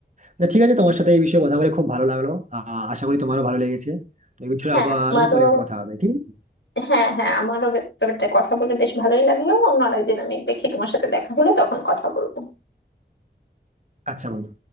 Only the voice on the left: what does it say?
হ্যাঁ,
আমারও
হ্যাঁ হ্যাঁ আমারও ব্যাপারটা কথা বলে বেশ ভালোই লাগলো অন্য আরেকদিন আমি দেখি তোমার সাথে দেখা হলে তখন কথা বলবো